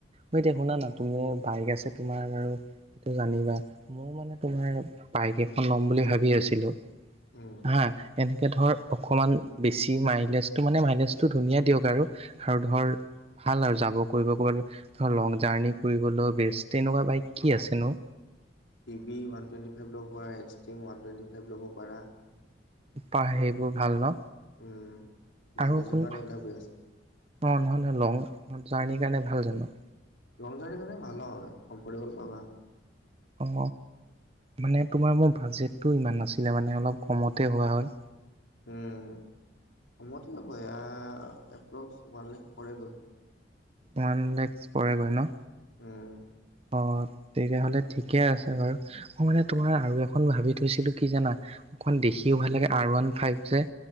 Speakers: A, on the right; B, on the left.
A: ঐ এতিয়া শুনা না তুমি বাইক আছে তোমাৰ বাৰু সটো জানিবা মই মানে তোমাৰ বাইক এখন ল'ম বুলি ভাবি আছিলো?
B: উম
A: হা এনেকে
B: উম।
A: ধৰ অকমান বেছি মাইলেজটো মানে মাইলেজটো ধুনীয়া দিয়ক আৰু আৰু ধৰ ভাল আৰু যাব কৰিব ক'ৰবাত ধৰ লং জাৰ্ণি কৰিবলৈ বেষ্ট তেনেকুৱা বাইক কি আছেনো?
B: C V one twenty five ল'ব পাৰা এক্সট্ৰিম ওৱান টুৱেটি ফাইভ ল'ব পাৰা?
A: পা সেইবোৰ ভাল ন
B: উম। মাইলেজৰ
A: আৰু শোন
B: কাৰণে
A: অ
B: এইবিলাক
A: নহয়
B: বেষ্ট
A: - নহয় লং জাৰ্ণিৰ কাৰণে ভাল জানো?
B: লং জাৰ্ণি কাৰণে ভাল হয়, কমফৰ্টেবল পাবা।
A: অঁ মানে তোমাৰ মোৰ বাজেটটো ইমান নাছিলে মানে অলপ কমতে হোৱা হয়।
B: উম কমতে হ'ব এয়া এপ্ৰক্স ওৱান লেখ পৰেগৈ।
A: ওৱান লেক্স পৰেগৈ ন?
B: ওম।
A: অ তেতিয়াহ'লে ঠিকে আছে বাৰু, মই মানে তোমাৰ আৰু এখন ভাবি থৈছিলো কি জানা? অকমান দেখিও ভাল লাগে আৰ ওৱান ফাইভ যে।